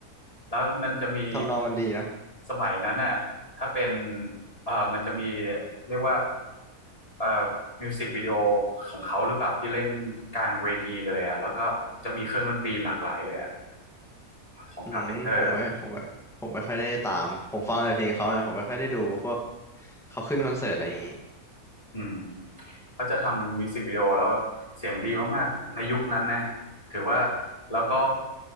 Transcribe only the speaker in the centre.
ทำนองมันดีเนาะ
อืมผมไม่ผมไม่ผมไม่ค่อยได้ตามผมฟังแต่เพลงเขาอะผมไม่ค่อยได้ดูพวกเขาขึ้นคอนเสิร์ตอะไรอย่างงี้